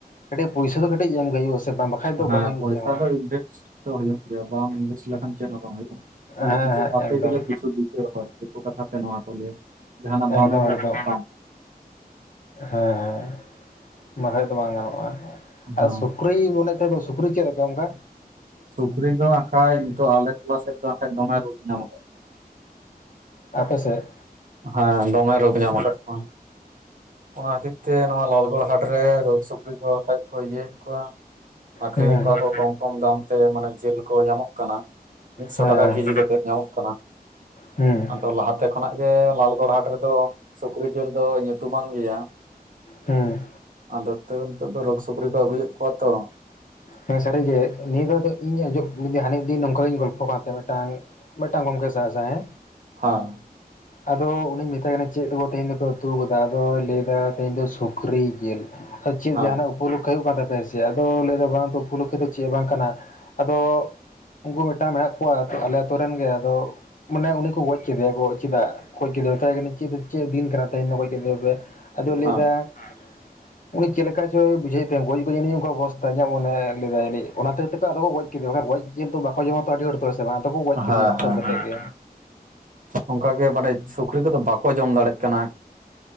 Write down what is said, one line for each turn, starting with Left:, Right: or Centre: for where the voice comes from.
Left: ᱠᱟᱹᱴᱤᱡ ᱯᱩᱭᱥᱟᱹ ᱫᱚ ᱠᱟᱹᱴᱤᱡ ᱮᱢ ᱜᱮ ᱦᱩᱭᱩᱜᱼᱟ ᱥᱮ ᱵᱟᱝ ᱵᱟᱠᱷᱟᱡ ᱫᱚ ᱵᱟᱝ
Right: ᱦᱮᱸ
Left: ᱦᱩᱭᱩᱜᱼᱟ
Right: ᱯᱚᱭᱥᱟ
Left: ᱪᱮᱫ ᱦᱚᱸ
Right: ᱫᱚ ᱤᱱᱵᱷᱮᱥᱴ ᱫᱚ ᱦᱩᱭᱩᱜ ᱜᱮᱭᱟ ᱵᱟᱢ ᱤᱱᱵᱷᱮᱥᱴ ᱞᱮᱠᱷᱟᱱ ᱪᱮᱫ ᱦᱚᱸ ᱵᱟᱝ ᱦᱩᱭᱩᱜᱼᱟ ᱢᱟᱱᱮ
Left: ᱦᱮᱸ
Right: ᱠᱤᱪᱷᱩ
Left: ᱦᱮᱸ
Right: ᱯᱟᱛᱮ
Left: ᱮᱠᱫᱚᱢ
Right: ᱜᱮᱞᱮ ᱠᱤᱪᱷᱩ ᱫᱤᱛᱮ ᱦᱚᱭ ᱠᱟᱛᱷᱟ ᱛᱮ ᱱᱚᱣᱟ ᱠᱚ ᱞᱟᱹᱭᱟ ᱡᱟᱦᱟᱱᱟᱜ ᱵᱟᱢ
Left: ᱮᱠᱫᱚᱢ
Right: ᱮᱢ ᱞᱮᱠᱷᱟᱱ
Left: ᱮᱠᱫᱚᱢ
Right: ᱵᱟ
Left: ᱦᱮᱸ ᱦᱮᱸ ᱵᱟᱝ ᱦᱮᱸᱜ ᱫᱚ ᱵᱟᱝ ᱜᱟᱱᱚᱜᱼᱟ ᱟᱨ
Right: ᱦᱮᱸ
Left: ᱥᱩᱠᱨᱤ ᱢᱚᱱᱮ ᱚᱱᱛᱮ ᱫᱚ ᱥᱩᱠᱨᱤ ᱪᱮᱫ ᱞᱮᱠᱟ ᱚᱱᱠᱟ?
Right: ᱥᱩᱠᱨᱤ ᱫᱚ ᱟᱝᱠᱷᱟᱡ ᱱᱤᱛᱚᱜ ᱟᱞᱮ ᱴᱚᱞᱟ ᱥᱮᱫ ᱫᱚ ᱠᱷᱟᱡ ᱫᱚᱢᱮ ᱨᱳᱜ ᱧᱟᱢ ᱠᱟᱜ
Left: ᱟᱯᱮ ᱥᱮ
Right: ᱦᱮᱸ ᱫᱚᱢᱮ ᱨᱳᱜᱽ ᱧᱟᱢ ᱟᱠᱟᱫ ᱠᱚᱭᱟ ᱚᱱᱟ ᱦᱚᱛᱮᱡ ᱛᱮ ᱱᱚᱣᱟ ᱞᱟᱞᱜᱚᱲ ᱦᱟᱴᱨᱮ ᱨᱳᱜᱽ ᱥᱩᱠᱨᱤ ᱠᱚ ᱠᱷᱟᱡ ᱠᱚ ᱤᱭᱟᱹᱭᱮᱫ ᱠᱚᱣᱟ ᱟᱠᱷᱨᱤᱧᱮᱫ
Left: ᱦᱮᱸ
Right: ᱠᱚᱣᱟ ᱠᱚ ᱠᱚᱢ ᱠᱚᱢ ᱫᱟᱢ ᱛᱮ ᱢᱟᱱᱮ ᱡᱤᱞ ᱠᱚ ᱧᱟᱢᱚᱜ ᱠᱟᱱᱟ ᱢᱤᱫᱥᱚ
Left: ᱦᱮᱸ
Right: ᱴᱟᱠᱟ ᱠᱮᱡᱤ ᱠᱟᱛᱮᱫ ᱧᱟᱢᱚᱜ ᱠᱟᱱᱟ
Left: ᱦᱩᱸ
Right: ᱛᱚ ᱞᱟᱦᱟᱛᱮ ᱠᱷᱚᱱᱟᱜ ᱜᱮ ᱞᱟᱞᱜᱚᱲ ᱦᱟᱴ ᱨᱮᱫᱚ ᱥᱩᱠᱨᱤ ᱡᱤᱞ ᱫᱚ ᱧᱩᱛᱩᱢᱟᱱ ᱜᱮᱭᱟ
Left: ᱦᱮᱸ
Right: ᱟᱫᱚ ᱛᱟᱹᱣ ᱱᱤᱛᱚᱜ ᱫᱚ ᱨᱳᱜᱽ ᱥᱩᱠᱨᱤ ᱠᱚ ᱟᱹᱜᱩᱭᱮᱫ ᱠᱚᱣᱟ ᱛᱚ
Left: ᱦᱮᱸ ᱥᱟᱹᱨᱤ ᱜᱮ ᱱᱤᱭᱟᱹ ᱫᱷᱟᱣ ᱫᱚ ᱤᱧ ᱟᱸᱡᱚᱢ ᱦᱟᱹᱱᱤ ᱢᱤᱫ ᱫᱤᱱ ᱱᱚᱝ ᱠᱟ ᱜᱤᱧ ᱜᱚᱞ ᱯᱷᱚ ᱠᱟᱱ ᱛᱟᱦᱮᱸ ᱢᱤᱫ ᱴᱟᱝ ᱢᱤᱫᱴᱟᱝ ᱜᱚᱢᱠᱮ ᱥᱟᱦᱮ ᱥᱟᱦᱮ,
Right: ᱦᱚᱸ
Left: ᱟᱫᱚ ᱩᱱᱤᱧ ᱢᱮᱛᱟᱭ ᱠᱟᱱᱟ ᱪᱮᱫ ᱫᱚ ᱛᱮᱦᱮᱧ ᱫᱚᱯᱮ ᱩᱛᱩ ᱠᱟᱫᱟ ᱟᱫᱚᱭ ᱞᱟᱹᱭ ᱮᱫᱟ ᱛᱮᱦᱮᱧ ᱫᱚ ᱥᱩᱠᱷᱨᱤ ᱡᱮᱞ ᱟᱫᱚ ᱪᱮᱫ
Right: ᱦᱮᱸ
Left: ᱡᱟᱦᱟᱸᱱᱟᱜ ᱩᱯᱚ ᱞᱚᱠᱠᱷᱮ ᱦᱩᱭᱩᱜ ᱠᱟᱱ ᱛᱟᱯᱮ ᱭᱟ ᱥᱮ, ᱟᱫᱚ ᱞᱟᱹᱭ ᱫᱟ ᱵᱟᱝ ᱛᱚ ᱩᱯᱚ ᱞᱚᱠᱠᱷᱚ ᱚᱭ <unintelligible> ᱫᱚ ᱪᱮᱫ ᱵᱟᱝ ᱠᱟᱱᱟ᱾ᱟᱫᱚ ᱩᱱᱠᱩ ᱢᱤᱫᱴᱟᱝ ᱢᱮᱱᱟᱜ ᱠᱚᱣᱟ ᱟᱞᱮ ᱟᱛᱳ ᱨᱮᱱ ᱜᱮ ᱟᱫᱚ ᱢᱟᱱᱮ ᱩᱱᱤ ᱠᱚ ᱜᱚᱡ ᱠᱮᱫᱮᱭᱟ ᱠᱚ ᱪᱮᱫᱟᱜ ᱜᱚᱡ ᱠᱮᱫᱮ ᱭᱟ, ᱢᱮᱛᱟᱭ ᱠᱟᱹᱱᱟᱹᱧ ᱪᱮᱫ ᱪᱮᱫ ᱫᱤᱱ ᱠᱟᱱᱟ ᱛᱮᱦᱮᱧ ᱜᱚᱡ ᱠᱮᱫᱮ ᱫᱚ ᱯᱮ᱾ ᱟᱫᱚᱭ ᱞᱟᱹᱭ
Right: ᱦᱮᱸ
Left: ᱫᱟ ᱩᱱᱤ ᱪᱮᱫ ᱞᱮᱠᱟ ᱪᱚᱭ ᱵᱩᱡᱷᱟᱹᱣ ᱛᱟᱭᱟ ᱜᱚᱡ ᱜᱚᱡ ᱩᱱᱤ ᱦᱚ ᱚᱵᱚᱥᱛᱟ ᱭᱧᱟᱜ ᱢᱚᱱᱮ ᱩᱱᱤ ᱞᱮᱫᱟᱭ ᱡᱟᱹᱱᱤᱡ ᱚᱱᱟ ᱠᱷᱟᱹᱛᱤᱨ ᱛᱮ ᱠᱚ ᱟᱫᱚ ᱠᱚ ᱜᱚᱡ ᱠᱮ ᱫᱟᱭᱟ, ᱵᱟᱝ ᱠᱷᱟᱱ, ᱜᱚᱡ ᱡᱮᱞ ᱫᱚ ᱵᱟᱠᱚ ᱡᱚᱢᱟ ᱛᱚ ᱟᱹᱰᱤ ᱦᱚᱲ ᱫᱚ ᱦᱮᱸ ᱥᱮ ᱵᱟᱝ? ᱟᱫᱚ ᱠᱚ ᱜᱚᱡ ᱠᱮᱫᱮᱭᱟ
Right: ᱦᱮᱸ
Left: ᱠᱩᱴᱟᱹᱢ
Right: ᱦᱮᱸ
Left: ᱠᱟᱛᱮᱜ
Right: ᱦᱮᱸ
Left: ᱜᱮ
Right: ᱚᱱᱠᱟᱜᱮ ᱢᱟᱱᱮ ᱥᱩᱠᱨᱤ ᱠᱚᱫᱚ ᱵᱟᱠᱚ ᱡᱚᱢ ᱫᱟᱲᱮᱜ ᱠᱟᱱᱟ